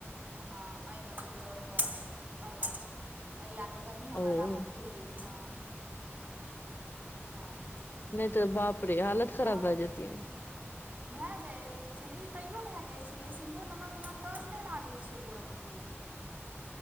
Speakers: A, on the right; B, on the left.
A: हाॅं एहिमे खेलहुँ रहऽ अरबा एहि लऽ कऽ कनि हमरा
B: ओ
A: राहत भेल हँ। तऽ
B: नहि तऽ बाप रे हालत
A: तहन
B: खराब भए जेतीयै।
A: भए जाइ छै कि तैयो भए जाइ छै। सिन्धो नमकमे तऽज नहि लागैत छै एको रत्ती